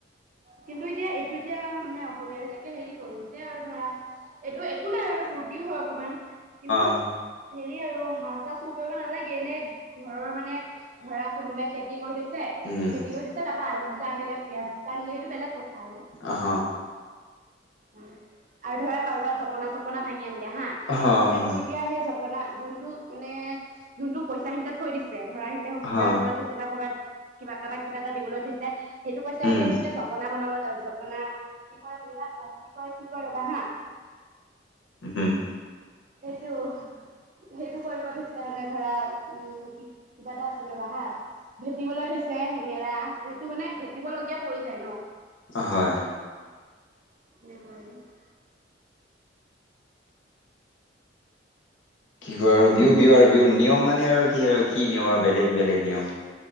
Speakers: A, on the right (about 45°); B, on the left (about 85°).
A: কিন্তু এতিয়া এইটো এতিয়া মানে অসমীয়া বিলাকে হেৰি কৰিছে আৰু ধৰা এইটো একো নাই আৰু ফূৰ্তিও হয় অকণমান। কিন্তু
B: অ
A: হেৰি আৰু হাঁহ চাহ চোৰ কৰিব নালাগে এনে ঘৰৰ মানে ধৰা কোনোবাই খেতি কৰি থৈছে,
B: উম
A: খেতি কৰি থৈছে তাৰপৰা আলু দুটা আনিলে, পিয়াঁজ দুটা আনিলে সেইটো বেলেগ কথা আৰু।
B: অহ।
A: আৰু ধৰা কাৰোবাৰ জপনা চপনা ভাঙি আনিলে হা
B: আহা
A: সিহঁতেটো
B: আহা
A: এতিয়া সেই জপনা যোনটো মানে, যোনটো পইচা সিহঁতে থৈ দিছে ধৰা সিহঁতে হস্পিতেল
B: আহা
A: যাবলৈ থৈছে বা, ক'বাত কিবা কা'বাক কিবা এটা দিবলৈ থৈছে। সেইটো পইচা
B: উম
A: এতিয়া সিখিনিতে জপনা বনাব জপনা কি কয় বিলাক অ কি কয় কি কয় ৰবা হা
B: হুম
A: এইটো সেইটো কৰিব থৈছে মানে ধৰা উম কিবা এটা আছিলে ৰবা হা ভেটিবলৈ থৈছে হেঙেৰা, সেইটো মানে ভেটিবলগীয়া পৰি যায় ন।
B: অ হয়
A: <unintelligible>
B: কি কয় আৰু বিহু বিহু আৰু বিহুৰ নিয়ম মানে আৰু কি আৰু কি নিয়ম আৰু বেলেগ বেলেগ নিয়ম